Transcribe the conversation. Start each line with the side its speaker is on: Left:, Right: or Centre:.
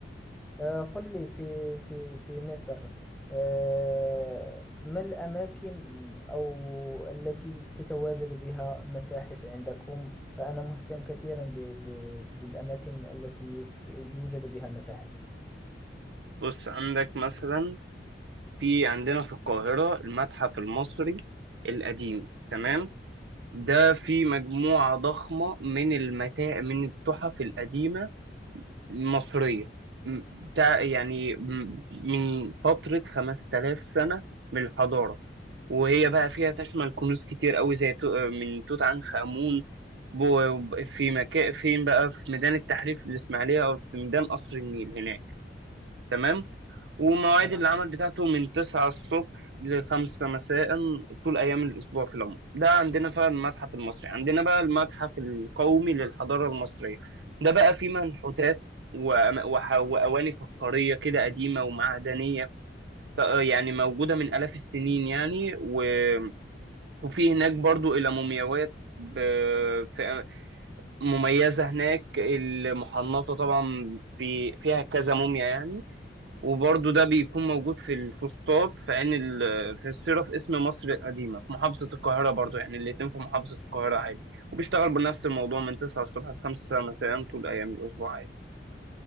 Centre: آه، قل لي في في في مصر آه، ما الأماكن أو التي تتواجد بها متاحف عندكم فأنا مهتم كثيرا ب- ب- بالأماكن التي يو- يوجد بها متاحف
Right: بص عندك مثلا في عندنا في القاهرة المتحف المصري القديم تمام ده في مجموعة ضخمة من المتاع من التحف القديمة مصرية م- تع- يعني م- من فترة 5000 سنة من الحضارة وهي بقى فيها تشمل كنوز كتير قوي زي تو- من توت عنخ آمون بو- في مكان فين بقى في ميدان التحرير في الإسماعيلية أو في ميدان قصر النيل هناك تمام ومواعيد
Centre: تمام
Right: العمل بتاعته من 9 الصبح لخمسة مساء طول أيام الأسبوع في العموم ده عندنا فعلا المتحف المصري عندنا بقى المتحف القومي للحضارة المصرية ده بقى فيه منحوتات وأم- وح- وأواني فخارية كده قديمة ومعدنية ف- يعني موجودة من آلاف السنين يعني و- وفي هناك برضو إلى مومياوات ب- في- مميزة هناك المحنطة طبعا في فيها كذا موميا يعني وبرضه ده بيكون موجود في الفسطاط في عين ال- في الصيرة في اسم مصر القديمة في محافظة القاهرة برضه يعني الاتنين في محافظة القاهرة عادي وبيشتغل بنفس الموضوع من 9 الصبح ل 5 مساء طول أيام الأسبوع عادي